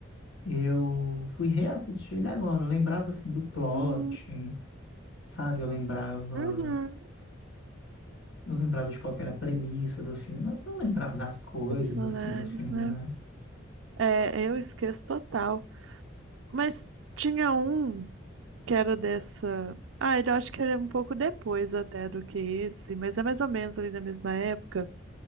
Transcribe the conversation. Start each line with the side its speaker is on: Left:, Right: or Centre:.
Left: eu fui reassistir ele agora. Eu lembrava assim do plot,
Right: Hum,
Left: sabe? Eu lembrava
Right: uhum.
Left: Eu lembrava de qual que era a premissa do filme, mas não lembrava das coisas,
Right: Personagens,
Left: assim, do filme,
Right: né?
Left: né?
Right: É, eu esqueço total. Mas tinha um que era dessa. Ah, ele eu acho que ele é um pouco depois até do que esse, mas é mais ou menos ali da mesma época.